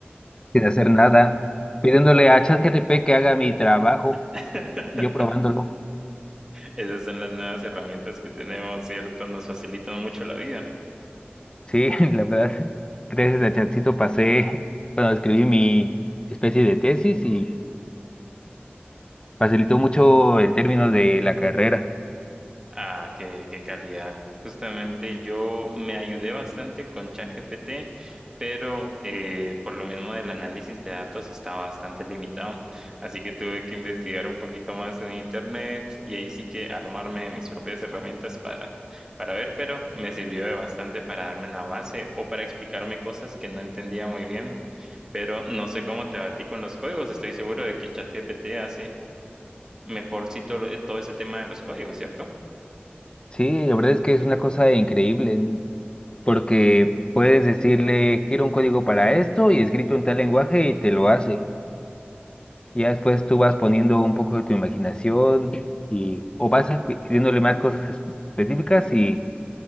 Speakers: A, on the left; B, on the right.
A: sin hacer nada, pidiéndole a ChatGPT que haga mi trabajo
B: <laughs>
A: y yo probándolo.
B: Esas son las nuevas herramientas que tenemos, ¿cierto? Nos facilitan mucho la vida.
A: Sí, <laughs> la verdad, gracias a Chatcito pasé, bueno, escribí mi especie de tesis y facilitó mucho el término de la carrera.
B: Ah, qué, qué calidad. Justamente yo me ayudé bastante con ChatGPT, pero eh, por lo mismo del análisis de datos estaba bastante limitado. Así que tuve que investigar un poquito más en internet y ahí sí que armarme de mis propias herramientas para, para ver, pero me sirvió de bastante para darme una base o para explicarme cosas que no entendía muy bien. Pero no sé cómo te va a ti con los códigos. Estoy seguro de que ChatGPT hace mejorcito todo ese tema de los códigos, ¿cierto?
A: Sí, la verdad es que es una cosa increíble, n- porque puedes decirle, quiero un código para esto y escrito en tal lenguaje y te lo hace. Y ya después tú vas poniendo un poco de tu imaginación y o vas a- pidiéndole más cosas es- específicas y